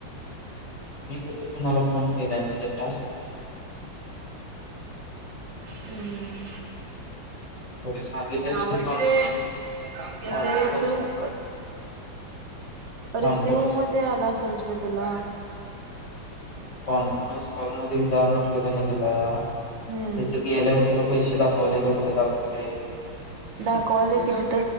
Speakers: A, on the left; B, on the right.
A: मी कुटु कुणाला फोन केला आणि तिथे टास्क
B: हम्म
A: तुला सांगितलं तिथं
B: आवर
A: कॉन्फरन्स,
B: कि रे. अरे थांब की
A: कॉन्फरन्स,
B: जरा.
A: कॉन्फरन्स
B: रिसीव मध्ये आला असल रे तुला.
A: कॉन्फरन्स हॉलमध्ये जा तुला कि नाही तुला
B: हम्म
A: तिथ गेल्यावर तुला पैसे दा होलीका कुठे दाखवली आहे.
B: दाखवाले किती